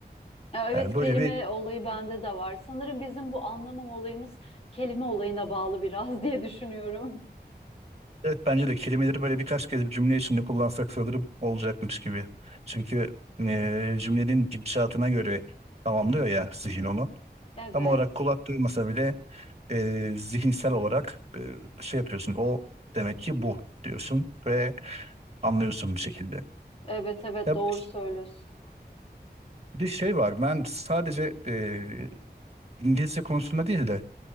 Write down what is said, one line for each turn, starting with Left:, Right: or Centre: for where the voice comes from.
Left: Ya Evet
Right: Yani
Left: kelime
Right: böyle bir
Left: olayı bende de var. Sanırım bizim bu anlamam olayımız kelime olayına bağlı biraz <laughs> diye düşünüyorum.
Right: Evet bence de kelimeleri böyle birkaç kez cümle içinde kullansak sanırım olacakmış gibi. Çünkü e, cümlenin gidişatına göre tamamlıyor ya zihin onu.
Left: Evet.
Right: Tam olarak kulak duymasa bile e, zihinsel olarak e, şey yapıyorsun. O demek ki bu diyorsun ve anlıyorsun bir şekilde.
Left: Evet evet
Right: Ya
Left: doğru
Right: bir,
Left: söylüyorsun.
Right: bir de şey var ben sadece e, İngilizce konusunda değil de